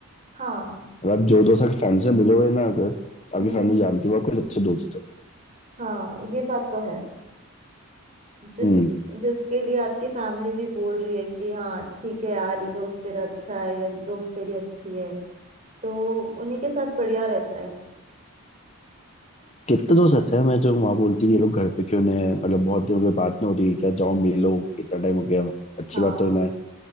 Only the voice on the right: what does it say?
हाँ
हम्म
हम्म
हाँ ये बात तो है जिस
जिसके लिए आपकी फैमिली भी बोल रही है कि हाँ ठीक है यार ये दोस्त तेरा अच्छा है ये दोस्त तेरी अच्छी है तो उन्हीं के साथ बढ़िया रहता है
हाँ